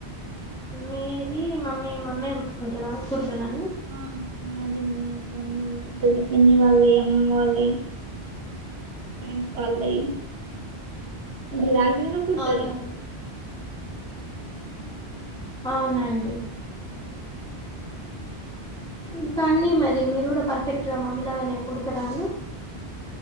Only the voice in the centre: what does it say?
మీది మమ్మీ మమ్మీ కుట్టుకుంటదా కుడుత అండి.
అవునండి అవునండి. ఇంకా అండి మరి మీరు కూడా పర్ఫెక్ట్ గా మమ్మీలాగానేే కుడతారా అండి.